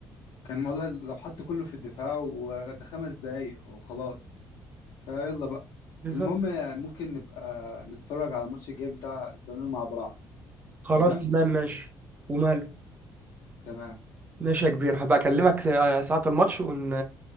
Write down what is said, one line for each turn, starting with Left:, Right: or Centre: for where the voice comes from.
Left: كان والله لو حطوا كله في الدفاع وده خمس دقايق وخلاص فيلا بقى
Right: بالظبط
Left: المهم ممكن نبقى نتفرج على الماتش الجاي بتاع اسبانيول مع بعض
Right: خلاص
Left: تمام
Right: تمام ماشي ومال
Left: تمام
Right: ماشي يا كبير هبقى اكلمك ساعه الماتش ون...